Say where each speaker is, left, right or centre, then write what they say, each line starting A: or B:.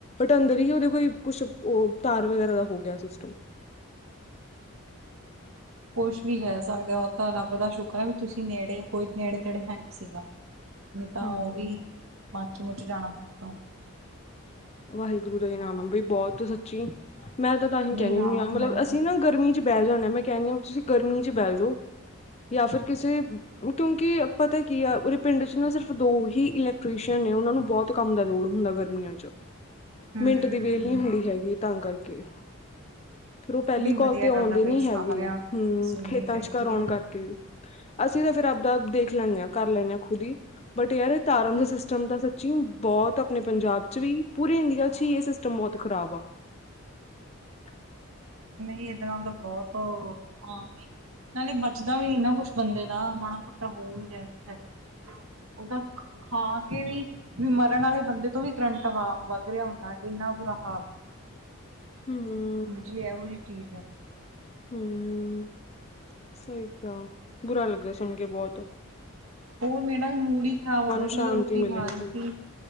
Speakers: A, on the left; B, on the right.
A: ਤੇ ਅੰਦਰ ਹੀ ਉਦੇ ਕੋਈ ਕੁਛ ਓ ਤਾਰ ਵਗੈਰਾ ਦਾ ਹੋ ਗਿਆ ਸਿਸਟਮ।
B: ਕੁਛ ਵੀ ਕੈ ਸਕਦੇ ਓ ਤਾਂ ਰੱਬ ਦਾ ਸ਼ੁਕਰ ਐ ਵੀ ਤੁਸੀਂ ਨੇੜੇ ਕੋਈ ਨੇੜੇ ਤੇੜੇ ਹੈ ਨੀ ਸੀਗਾ ਨਈ ਤਾਂ
A: ਹਮ
B: ਓ ਵੀ ਮੱਚ ਮੁੱਚ ਜਾਣਾ ਤੋਂ।
A: ਵਾਹਿਗੁਰੂ ਦਾ ਈ ਨਾਮ ਆ ਬੀ ਬੋਤ ਸੱਚੀ ਮੈਂ ਤਾਂ ਤਾਂਹੀ
B: ਨਹੀਂ
A: ਕੈਂਨੀ
B: ਰਾਹਤ
A: ਹੁੰਨੀ ਆ ਮਤਲਬ
B: ਮਿਲ
A: ਅਸੀਂ
B: ਗਈ
A: ਨਾ ਗਰਮੀ ਚ ਬੈ ਜਾਂਨੇ ਆ ਮੈਂ ਕੈਂਨੀ ਆ ਵੀ ਤੁਸੀਂ ਗਰਮੀ ਚ ਬੈ ਜੋ ਜਾਂ ਫਿਰ ਕਿਸੇ ਕਿਉਂਕਿ ਪਤਾ ਕੀ ਆ ਉਰੇ ਪਿੰਡ ਚ ਨਾ ਸਿਰਫ਼ ਦੋ ਹੀ ਇਲੈਕਟ੍ਰੀਸ਼ੀਅਨ ਨੇ ਉਨਾਂ ਨੂੰ ਬੋ ਤ ਕੰਮ ਦਾ ਲੋੜ ਹੁੰਦਾ ਗਰਮੀਆਂ ਚ
B: ਹੂੰ।
A: ਮਿੰਟ ਦੀ ਵੇਲ ਨੀ ਹੁੰਦੀ ਹੈਗੀ ਤਾਂ ਕਰਕੇ ਫੇਰ ਓ ਪੈਲੀ
B: ਨਹੀਂ ਵਧੀਆ
A: ਕਾਲ ਤੇ ਆਉਂਦੇ
B: ਗੱਲ ਆ ਬਈ
A: ਨੀ
B: ਸਾਰਿਆਂ
A: ਹੈਗੇ ਹੂੰ
B: ਸੁਣਨੀ
A: ਖੇਤਾਂ
B: ਚਾਹੀਦੀ
A: ਚ ਘਰ ਆਉਣ
B: ਹੈ
A: ਕਰ ਕੇ ਵੀ ਅਸੀਂ ਤਾਂ ਫੇਰ ਆਪਦਾ ਦੇਖ ਲੈਂਨੇ ਆ, ਕਰ ਲੈਂਨੇ ਆ ਖੁਦ ਈ ਬਟ ਯਾਰ ਐ ਤਾਰਾਂ ਦਾ ਸਿਸਟਮ ਤਾਂ ਸੱਚੀ ਬੋਤ ਆਪਣੇ ਪੰਜਾਬ ਚ ਵੀ ਪੂਰੇ ਇੰਡੀਆ ਚ ਈ ਏ ਸਿਸਟਮ ਬੋਤ ਖ਼ਰਾਬ ਆ। <inaudible>
B: ਨਈ ਏਦੇ ਨਾਲ ਤਾਂ ਬੋਤ ਅ ਆਮ ਈ ਨਾਲੇ ਬਚਦਾ ਵੀ ਨਾ ਕੁਛ ਬੰਦੇ ਦਾ ਮਾੜਾ ਮੋਟਾ ਹੋ ਵੀ ਜਾਏ ਸੈਂਟ। ਉਦਾ ਖਾ ਕੇ ਵੀ ਮਰਨ ਆਲੇ ਬੰਦੇ ਤੋਂ ਵੀ ਕਰੰਟ ਵਾ ਵੱਧ ਰੇਆ ਹੁੰਦਾ ਇੰਨਾ ਬੁਰਾ ਹਾਲ ਆ।
A: ਹੂੰ।
B: ਬਿਜ਼ਲੀ ਐਹੋ ਜੀ ਚੀਜ਼ ਐ।
A: ਹੂੰ, ਸਈ ਕੇਆ ਬੁਰਾ ਲੱਗਿਆ ਸੁਣ ਕੇ ਬੋਤ।
B: ਹੋਰ ਮੇਰਾ ਨਾ ਮੂਡ ਈ ਖ਼ਰਾਬ ਹੋ ਗਿਆ ਸੀ
A: ਸ਼ਾਂਤੀ
B: ਮੈਂ ਤਾਂ ਰੋਟੀ
A: ਮਿਲੇ
B: ਖਾ
A: ਹੂੰ
B: ਰੀ ਸੀ